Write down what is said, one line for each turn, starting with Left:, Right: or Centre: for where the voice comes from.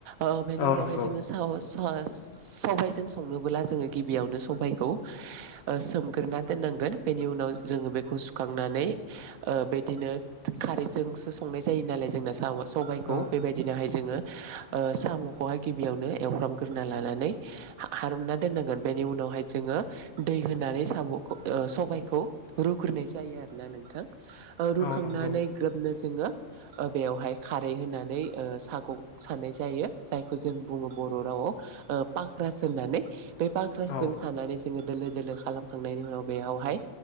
Right: ओ बेनि
Left: औ
Right: उनावहाय
Left: नंगौ
Right: जोङो साहस सहस। सबायाइजों संनोबोला जोङो गिबियावनो सबाइखौ ओ सोमग्रोना दोननां गोन। बेनि उनाव जोङो बेखौ सुखांनानै ओ बिदिनो खारैजोंसो संनाय जायो नालाय जोंना साम सबायखौ।
Left: औ
Right: बेबादिनोहाय जोङो ओ साम'खौ हाय गिबियावनो एवफ्रामग्रोना लानानै हा हारुनना दोननांगोन बेनि उनाव जोङो दै होनांग साम'खौ सबायखौ रुग्रोननाय जायो आरोना नोंथां ओ रुखांनानै
Left: औ नंगौ
Right: ग्रोबनो जोङो बेयावहाय खारै होनानै ओ सागं सानाय जायो। जाय- जों बुङो बर' रावाव पक्रास होननानै बे पक्रासजों
Left: औ
Right: सानानैनानै जोङो दोलो दोलो खालामखांनायनि उनाव बेयावहाय